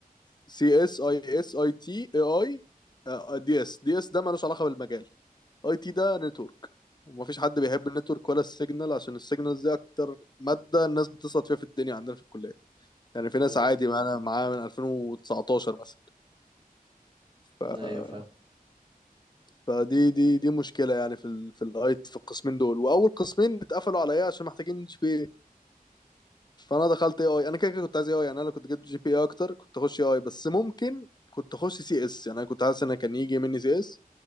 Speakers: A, on the left (about 30°); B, on the right (about 35°).
A: سي اس اي اس اي تي اي اي دي اس دي اس ده مالوش علاقه بالمجال اي تي ده نتورك ومفيش حد بيحب النتورك ولا السيجنال عشان السيجنالز دي اكتر ماده الناس بتسقط فيها في الدنيا عندنا في الكليه يعني في
B: مم،
A: ناس عادي معانا معاها من 2019 مثلا ف...
B: ايوه فاهم
A: فدي دي دي مشكله يعني في ال... في الاي في القسمين دول واول قسمين اتقفلوا عليا عشان محتاجين جي بي اي فانا دخلت اي اي انا كده كده كنت عايز اي اي يعني انا لو كنت جبت جي بي اي اكتر كنت اخش اي اي بس ممكن كنت اخش سي اس يعني انا كنت حاسس ان كان يجي مني سي اس